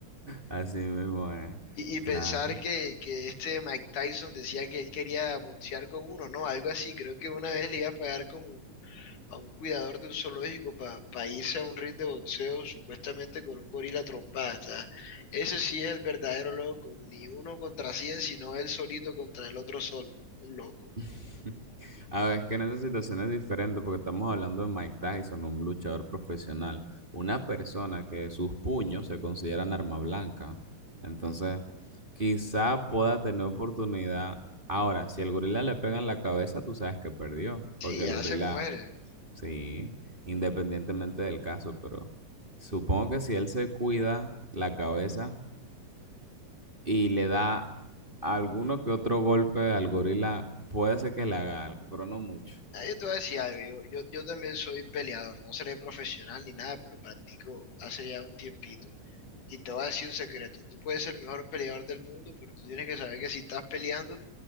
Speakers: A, on the right; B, on the left.
A: Así mismo es.
B: Y, y pensar
A: Claro.
B: que, que este Mike Tyson decía que él quería boxear con uno, ¿no? Algo así. Creo que una vez le iba a pagar como a un cuidador de un zoológico para irse a un ring de boxeo supuestamente con un gorila trompada. ¿sabes? Ese sí es el verdadero loco. Ni uno contra cien, sino él solito contra el otro solo. Un loco.
A: <laughs> A ver, es que en esa situación es diferente porque estamos hablando de Mike Tyson, un luchador profesional, una persona que sus puños se consideran arma blanca. Entonces, quizá pueda tener oportunidad. Ahora, si el gorila le pega en la cabeza, tú sabes que perdió,
B: Sí,
A: porque
B: ya
A: el gorila
B: se muere.
A: Sí, independientemente del caso, pero supongo que si él se cuida la cabeza y le da alguno que otro golpe al gorila, puede ser que le haga algo, pero no mucho.
B: Ah, Yo te voy a decir algo, yo, yo, yo también soy peleador, no seré profesional ni nada, pero practico hace ya un tiempito. Y te voy a decir un secreto, tú puedes ser el mejor peleador del mundo, pero tú tienes que saber que si estás peleando,